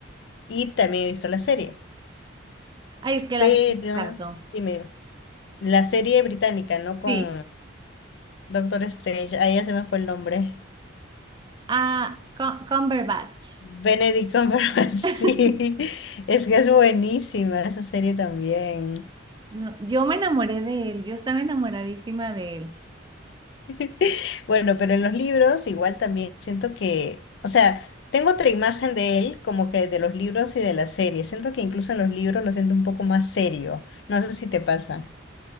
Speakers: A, on the left; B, on the right.
A: y también he visto la serie.
B: Ay, es que
A: Pero,
B: la serie me encantó.
A: dime, la serie británica, ¿no? Con
B: Sí.
A: Doctor Strange. Ahí ya se me fue el nombre.
B: Ah, Cum- Cumberbatch.
A: Benedict Cumberbatch, <laughs> sí,
B: <laughs>
A: es que es buenísima esa serie también.
B: No, yo me enamoré de él, yo estaba enamoradísima de él.
A: <laughs> Bueno, pero en los libros igual también siento que, o sea, tengo otra imagen de él como que de los libros y de la serie. Siento que incluso en los libros lo siento un poco más serio. No sé si te pasa.